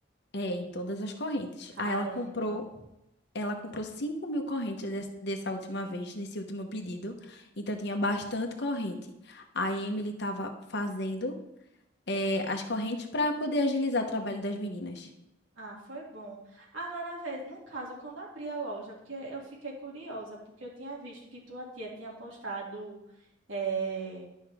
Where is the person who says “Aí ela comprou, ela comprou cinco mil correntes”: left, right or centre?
Left